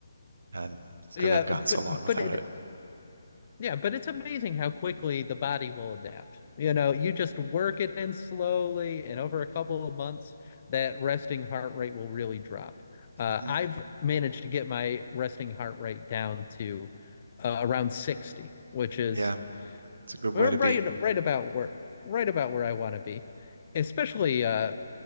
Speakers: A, on the right; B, on the left.
A: and just
B: Yeah,
A: because i have gone so
B: but
A: long without
B: but it
A: it.
B: Yeah, but it's amazing how quickly the body will adapt. You know, you just work it in slowly, and over a couple of months, that resting heart rate will really drop. Uh,
A: hmm
B: I've managed to get my resting heart rate down to uh, around 60, which is
A: Yeah, it's a good
B: right
A: way to be.
B: right about where right about where I want to be. Especially uh,